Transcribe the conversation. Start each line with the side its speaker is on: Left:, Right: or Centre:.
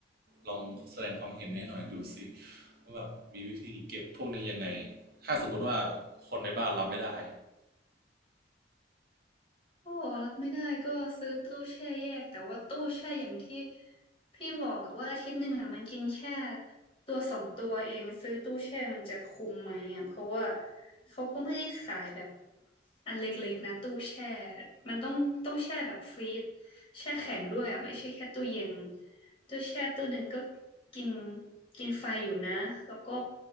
Right: ลองแสดงความเห็นให้หน่อยดูสิว่าแบบมีวิธีเก็บพวกนี้ยังไงถ้าสมมติว่าคนในบ้านรับไม่ได้
Left: เาบอกว่ารับไม่ได้ก็ซื้อตู้แช่แยกแต่ว่าตู้แช่อย่างที่พี่บอกอะว่าอาทิตย์หนึ่งอะมันกินแค่ตัวสองตัวเองซื้อตู้แช่มันจะคุ้มไหมอะเพราะว่าเขาก็ไม่ได้ขายแบบอันเล็กๆนะตู้แช่มันต้องต้องแช่แบบฟรีซแช่แข็งด้วยอะไม่ใช่แค่ตู้เย็นตู้แช่ตู้หนึ่งก็กินกินไฟอยู่นะแล้วก็